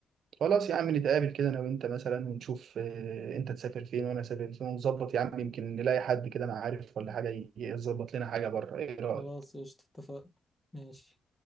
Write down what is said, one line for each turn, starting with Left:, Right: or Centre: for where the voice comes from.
Right: خلاص يا عم نتقابل كده انا وانت مثلا ونشوف آه انت تسافر فين وانا اسافر فين ونظبط يا عم يمكن نلاقي حد كده انا عارف ولا حاجه ي- يظبط لنا حاجه بره ايه رايك
Left: خلاص قشطة اتفقنا ماشي